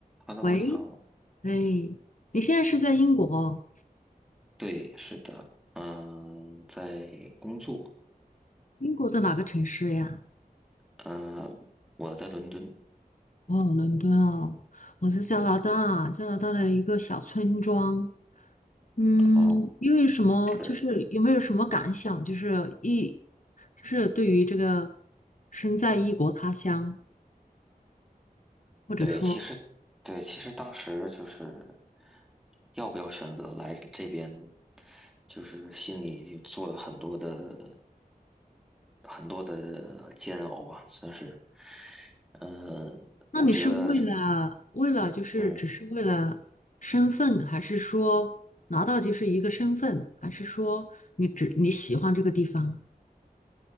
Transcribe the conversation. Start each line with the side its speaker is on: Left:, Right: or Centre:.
Centre: Hello，
Left: 喂，
Centre: 你好。
Left: 哎，你现在是在英国？
Centre: 对，是的，嗯，在工作，
Left: 英国的哪个城市呀？
Centre: 嗯，我在伦敦，
Left: 哦，伦敦哦，我在加拿大，
Centre: 嗯，
Left: 加拿大的一个小村庄。嗯，
Centre: 啊，
Left: 因为什么？
Centre: 是，
Left: 就是有没有什么感想？就是异，就是对于这个身在异国他乡，或者说，
Centre: 对，其实，对，其实当时就是要不要选择来这边，就是心里就做了很多的很多的煎熬吧，算是，嗯，我觉得，
Left: 那你是为了为了就是只是为了身份，
Centre: 嗯，
Left: 还是说拿到就是一个身份，还是说你只你喜欢这个地方？